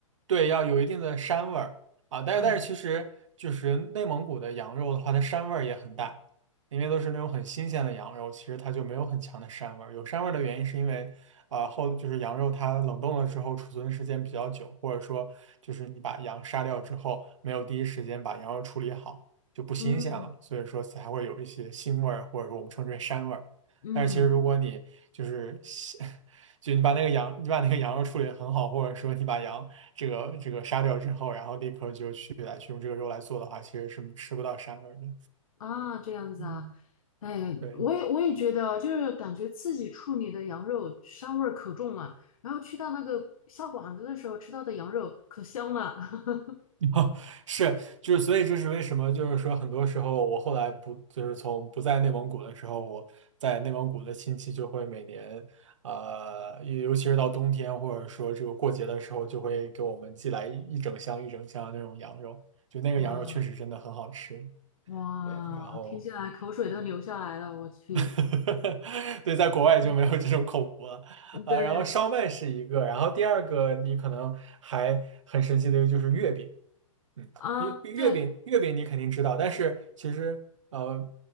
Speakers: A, on the right (about 60°); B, on the left (about 80°).
A: 对要有一定的膻味儿啊，但是但是其实就是内蒙古的羊肉的话，
B: 嗯
A: 它膻味儿也很大，因为都是那种很新鲜的羊肉，其实它就没有很强的膻味儿。有膻味儿的原因是因为啊、后就是羊肉它冷冻了之后储存的时间比较久，或者说就是你把羊杀掉之后没有第一时间把羊肉处理好，就不新鲜了，
B: 嗯
A: 所以说才会有一些腥味儿，或者说我们称之为膻味儿。
B: 嗯
A: 但是其实如果你就是西 <laughs> 就你把那个羊，你把那个羊肉处理得很好，或者说你把羊这个这个杀掉之后，然后立刻就去来去用这个肉来做的话，其实是吃不到膻味儿的。
B: 啊，这样子啊，
A: 嗯，
B: 哎，
A: 对。
B: 我也我也觉得啊，就是感觉自己处理的羊肉膻味儿可重了，然后去到那个下馆子的时候吃到的羊肉可香了，<laughs>
A: <laughs> 是，就是，所以这是为什么？就是说，很多时候我后来不，就是从不在内蒙古的时候，我在内蒙古的亲戚就会每年，呃，尤其是到冬天或者说这个过节的时候，就会给我们寄来一一整箱一整箱的那种羊肉，就那个羊肉确实真的很好吃。
B: 哇哇，
A: 对，然后，
B: 听起来口水都流下来了，
A: 嗯，
B: 我去，
A: <laughs> 对，在国外就没有这种口福了。
B: 嗯，
A: 呃，
B: 对
A: 然后烧麦是一个，然后第二个你可能还很神奇的一个就是月饼。嗯，
B: 啊，
A: 月月饼月饼你肯定知道，
B: 对，
A: 但是其实呃，